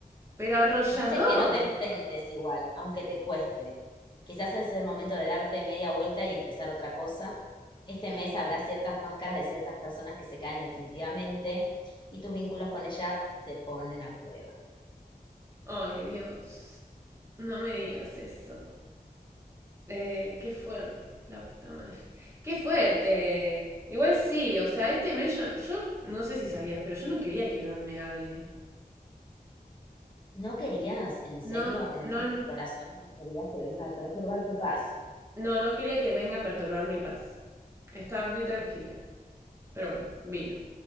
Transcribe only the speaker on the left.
Dice que no te enfrentes igual, aunque te cueste. Quizás es el momento de darte media vuelta y empezar otra cosa. Este mes habrá ciertas máscaras de ciertas personas que se caen definitivamente y tus vínculos con ella te ponen a prueba.
¿No querías, en serio,
en
el fondo de tu corazón, no querías que venga a perturbar tu paz?